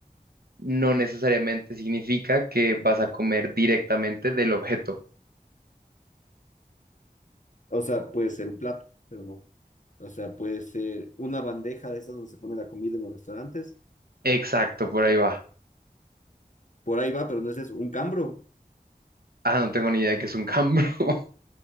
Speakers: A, on the right; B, on the left.
A: No necesariamente significa que vas a comer directamente del objeto.
B: O sea, puede ser un plato, pero no. O sea, puede ser una bandeja de esas donde se pone la comida en los restaurantes.
A: Exacto, por ahí va.
B: Por ahí va, pero no es eso. Un cambro.
A: Ah, no tengo ni idea de qué es un cambro. <laughs>